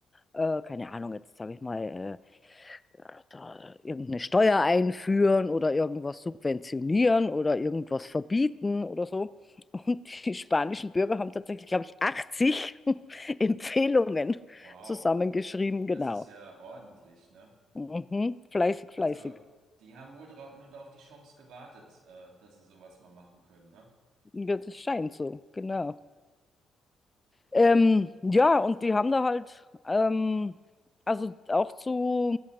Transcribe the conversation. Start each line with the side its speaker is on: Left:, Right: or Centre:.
Left: Äh, keine Ahnung, jetzt sage ich mal, äh, da irgendeine Steuer einführen oder irgendwas subventionieren oder irgendwas verbieten oder so. Und die spanischen Bürger haben tatsächlich, glaube ich, 80 <laughs> Empfehlungen
Right: Wow,
Left: zusammengeschrieben, genau.
Right: das ist ja ordentlich, ne?
Left: Mhm. Fleißig,
Right: Also,
Left: fleißig.
Right: die haben wohl drau- nur auf die Chance gewartet, äh, dass sie sowas mal machen können, ne?
Left: Ja, das scheint so, genau. Ähm, ja, und die haben da halt, ähm, also auch zu,